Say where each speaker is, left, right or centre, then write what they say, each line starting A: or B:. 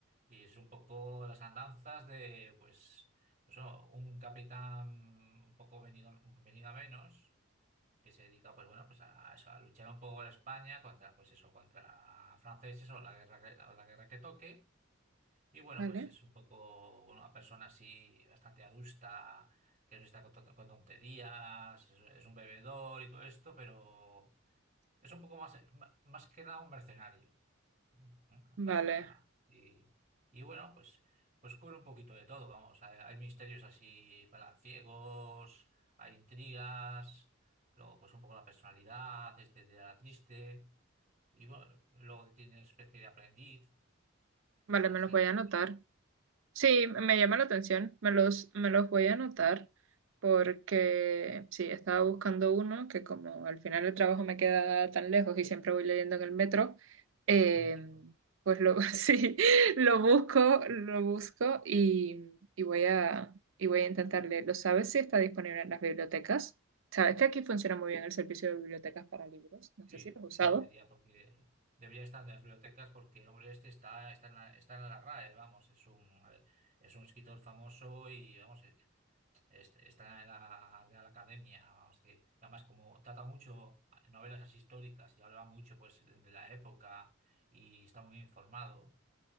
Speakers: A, on the right; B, on the right.
A: y es un poco las andanzas de, pues, pues bueno, un capitán un poco venido, venido a menos que se dedica, pues bueno, pues a, eso, a luchar un poco en España contra, pues eso, contra franceses o la guerra que, o la guerra que toque y bueno,
B: Vale,
A: pues es un poco bueno, una persona así bastante adusta, que no está con, ton- con tonterías, es, es un bebedor y todo esto, pero es un poco más, ma- más que nada un mercenario. ¿no?
B: vale,
A: Para, y, y bueno, pues, pues cubre un poquito de todo, vamos. Hay, hay misterios así para ciegos hay intrigas, luego pues un poco la personalidad, este de la triste, y bueno, luego tiene especie de aprendiz,
B: vale,
A: eh, así
B: me los voy
A: de...
B: a anotar. Sí, me llama la atención, me los, me los voy a anotar porque sí, estaba buscando uno que como al final el trabajo me queda tan lejos y siempre voy leyendo en el metro, eh,
A: Mítico.
B: pues lo, <laughs> sí, lo busco, lo busco y, y voy a, y voy a intentar leerlo. ¿Sabes si está disponible en las bibliotecas? ¿Sabes que aquí funciona muy bien el servicio de bibliotecas para libros? No
A: Sí,
B: sé si lo has usado.
A: sí debería, porque debería estar en las bibliotecas porque el hombre este está, está en la, está en la RAE, vamos, es un, a ver, es un escritor famoso y vamos, eh, es- está en la Real Academia, vamos, que además como trata mucho novelas así históricas y habla mucho pues de la época y está muy informado,